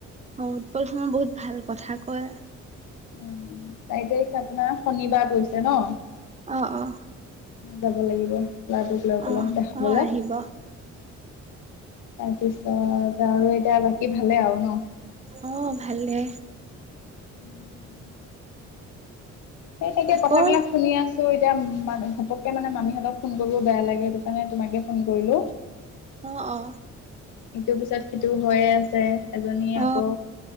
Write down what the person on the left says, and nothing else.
উম, চাৰি তাৰিখ আপোনাৰ শনিবাৰ পৰিছে ন
যাব লাগিব লৰাটোক লৈ পেলাই
দেখাবলে।
তাৰপিছত আৰু এতিয়া বাকী ভালে আও ন।
উম। সেই তেতিয়া
কথাবিলাক শুনি আছ ছো এতিয়া ম ঘপককে মানে মামিহঁতক ফোন কৰিলো বেয়া লাগে সেইটো কাৰণে তোমাকে ফোন কৰিলো।
ইটোৰ পিছত সিটো হৈয়ে আছে এজনী আকৌ।